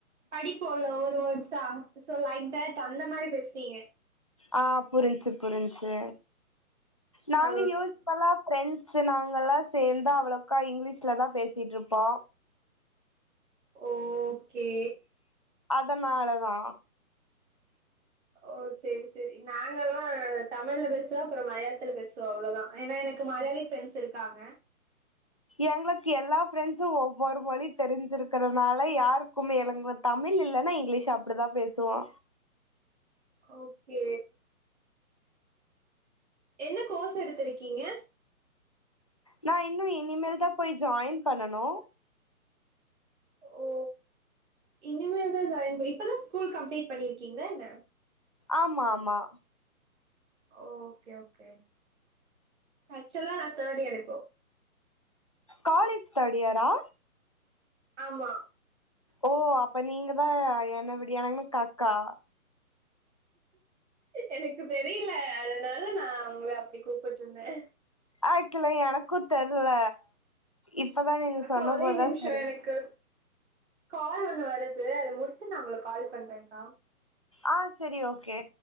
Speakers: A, on the right; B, on the left.
A: படிப்போல ஒவ்ரு வேர்ட்ஸா சோ லைக் தேட் அந்த மாரி பேசுறீங்க
B: ஆ புரிஞ்சி புரிஞ்சி நாங்க
A: ஆ
B: யூஸ்ப்வலா ஃப்ரென் ஸு நாங்கல்லா சேந்தா அவ்ளோக்கா இங்கிலீஷ்ல தா பேசிட்டு இருப்போ
A: ஓகே
B: அதனால தா
A: ஓ செரி செரி நாங்கல்லா ப்போ தமிழ்ல பேசுவா அப்புறோ மலையாளத்துல பேசுவா அவ்ளோதா ஏன்னா எனக்கு மலயாளி ஃப்ரெண்ட்ஸ் இருக்காங்க
B: எங்களுக்கு எல்லா ஃப்ரெண்ட்ஸு ஒவ்வொரு மொழி தெரிஞ்சிருக்குறனால யாருக்கும் எங்கள தமிழ் இல்லன்னா இங்கிலீஷ் அப்டிதா பேசுவோ
A: ஓகே என்ன கோர்ஸ் எடுத்திருக்கீங்க
B: நா இன்னு இனிமேல் தா போயி ஜாயின் பண்ணனு
A: ஓ இனிமேல் தா ஜாயின் இப்பதான் ஸ்கூல் கம்ப்ளீட் பண்ணிருக்கீங்களா என்ன
B: ஆமா ஆமா
A: ஓகே ஓகே ஆக்சுவலா நா தேர்ட் இயர் இப்போ
B: காலேஜ் தேர்ட் இயரா
A: ஆமா
B: ஓ அப்ப நீங்க தா என்னவிடிய எனக்கு அக்கா
A: எனக்கு தெரியல அதனால நா உங்கள அப்டி கூப்பிட்டு இருந்தே
B: ஆக்சுவலா எனக்கு தெர்ல இப்பதா நீங்க
A: அக்கா
B: சொன்ன
A: ஒரே
B: போதா
A: நிமிஷோ
B: தெரி
A: எனக்கு கால் ஒன்னு வருது அது முடிச்சுட்டு நா உங்களுக்கு கால் பண்றே
B: ஆ செரி ஓகே